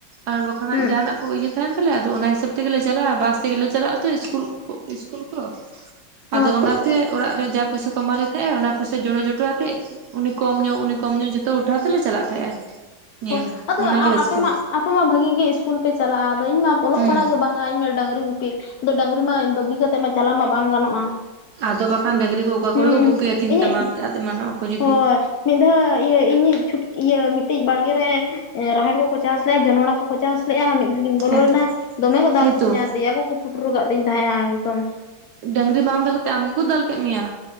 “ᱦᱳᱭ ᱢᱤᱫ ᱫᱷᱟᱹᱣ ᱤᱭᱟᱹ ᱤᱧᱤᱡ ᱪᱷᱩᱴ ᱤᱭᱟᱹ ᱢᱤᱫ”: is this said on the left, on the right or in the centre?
Left